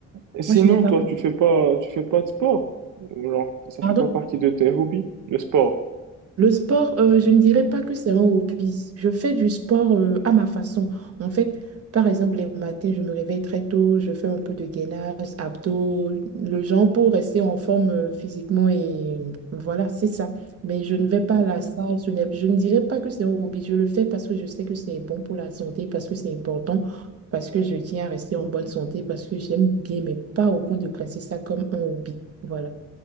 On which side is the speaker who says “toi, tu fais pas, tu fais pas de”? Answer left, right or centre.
Right